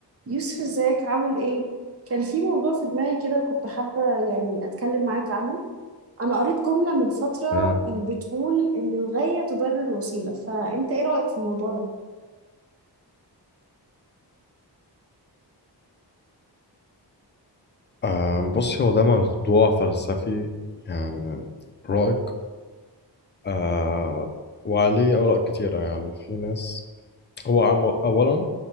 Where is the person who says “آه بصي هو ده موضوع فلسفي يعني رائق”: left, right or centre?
Left